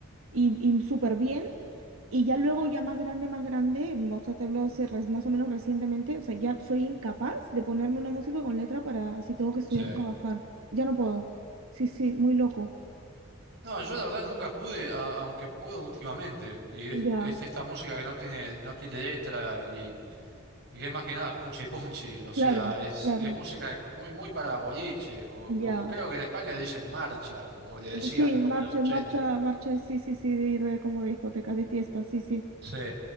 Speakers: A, on the right; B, on the right.
A: Y, y súper bien. Y ya luego, ya más grande, más grande, mm, o sea, te hablo hace res- más o menos recientemente, o sea, ya soy incapaz de ponerme una música con letra para si tengo que estudiar,
B: sí.
A: trabajar. Ya no puedo. Sí, sí, muy loco.
B: No, yo la verdad nunca pude, a- aunque puedo últimamente, y es,
A: Ya,
B: es esta música que no tiene, no tiene letra Y que es más que nada punchi punchi, o
A: claro,
B: sea, es,
A: claro,
B: es música muy, muy para boliche, o
A: ya.
B: como creo que en España le dicen marcha, o le decían
A: Sí,
B: como
A: marcha,
B: en los ochenta
A: marcha, marcha, sí, sí, sí, de ir de como discotecas de fiesta, sí, sí,
B: Sí,